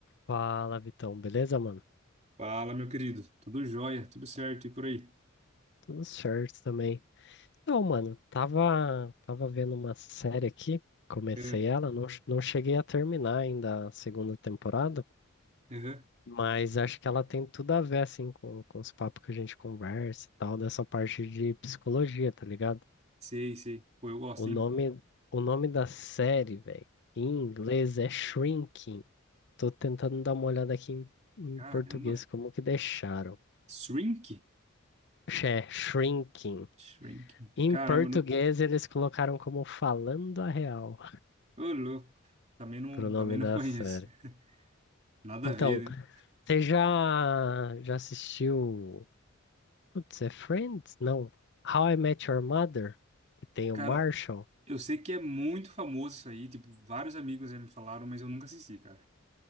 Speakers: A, on the left; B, on the right.
A: Fala, Vitão, beleza, mano?
B: Fala, meu querido. Tudo jóia, tudo certo e por aí?
A: Tudo certo também. Não, mano, tava, tava vendo uma série aqui, comecei
B: É,
A: ela, não, che- não cheguei a terminar ainda a segunda temporada,
B: aham.
A: mas acho que ela tem tudo a ver, assim, com, com os papos que a gente conversa e tal, dessa parte de psicologia, tá ligado?
B: Sei, sei. Pô, eu gosto,
A: O nome,
B: hein?
A: o nome da série, velho, em inglês é Shrinking. Tô tentando dar uma olhada aqui em, em
B: Caramba.
A: português, como que deixaram.
B: Shrink?
A: É Shrinking.
B: Shrinking.
A: Em
B: Caramba,
A: português,
B: não...
A: eles colocaram como Falando a Real,
B: Ô, louco. Também não,
A: pro nome
B: também não
A: da
B: conheço.
A: série.
B: <laughs> Nada
A: Então,
B: a ver, né?
A: você já, já assistiu. Putz, é Friends? Não. How I Met Your Mother? Que tem
B: Cara,
A: o Marshall.
B: eu sei que é muito famoso isso aí. Tipo, vários amigos já me falaram, mas eu nunca assisti, cara.